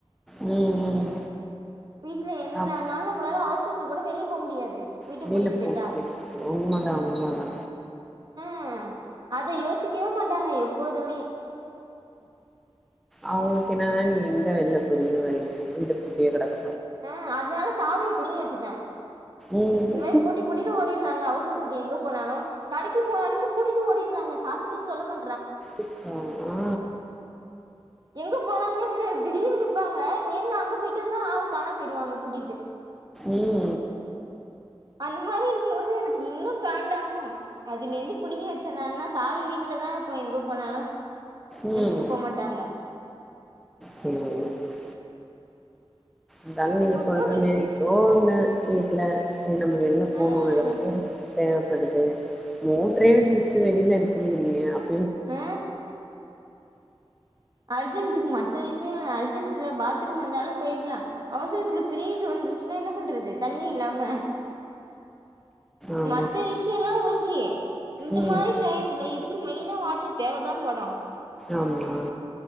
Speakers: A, in the centre; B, on the right.
A: ம் ம்
B: வீட்ல என்ன
A: ஆமா
B: நடந்தாலு நம்மளால அவுசரத்துக்கு கூட வெளிய போ முடியாது வீட்டு
A: வெளில
B: பூட்டிட்டு
A: போ
B: போயிட்டா
A: <unintelligible> உண்ம தா உண்ம தா
B: அ அத யோசிக்கவே மாட்டாங்க எப்போதுமே
A: அவுங்களுக்கு என்னானா நீங்க எங்க வெளில போரிங்க வரிங்க வீடு பூட்டியே கெடக்கு
B: அ அதனால சாவிய புடிங்கி வச்சுட்டே
A: ம்
B: இந்மாரி பூட்டி பூட்டிட்டு ஓடிறாங்க அவசர த்துக்கு எங்க போனாலு கடைக்கு போனாலுமே பூட்டிட்டு ஓடிறாங்க சாத்திக்குன் சொல்ல மா
A: இப்ப ஆ
B: எங்க போறாங்கன்னே தெரியாது திடீர்ன் நிப்பாங்க இங்கிருந்து அங்க போயிட்டு வந்தா ஆள் காணா போயிடுவாங்க பூட்டிட்டு
A: ம்
B: அந்த மாரி இருக்கும்போது எனக்கு இன்னு காண்டாஹு அதுலருந்து புடிங்கி வெச்ச நா இன்னு சாவி வீட்ல தா இருக்கு எங்க போனாலு
A: ம்
B: எடுத்துட்டு போமாட்டாங்க
A: சேரி சேரி ந்தாலு நீங்க சொல்ற
B: போட்டு
A: மேரி எதோ ஒன் னு வீட்ல சேர் நம்ம வெள்ல போனு
B: ம்
A: எதாவது ஒரு தேவ படுது மோட்டரே ஸ்விட்சு வெளில இருக்குதுங்கறீங்க அப்
B: ஆ அர்ஜென்ட்டுக்கு மத்த விஷ்யோ அர்ஜென்ட்ல பாத்ரூம் வந்தாலு போயிட்லா அவசரத்துல பீர்டு வந் துர்ச்ன்னா என்ன பண்றது தண்ணி இல்லாம
A: ஆமா
B: மத்த விஷ்யல்லா ஓகே இந்த
A: ம்
B: மாரி டைத்துல இது க்கு மெயினா வாட்டர் தேவதாபடு
A: ஆமா